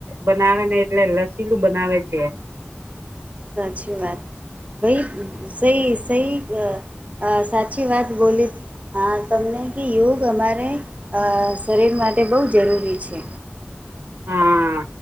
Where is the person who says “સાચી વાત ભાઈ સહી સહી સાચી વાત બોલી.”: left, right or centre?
Right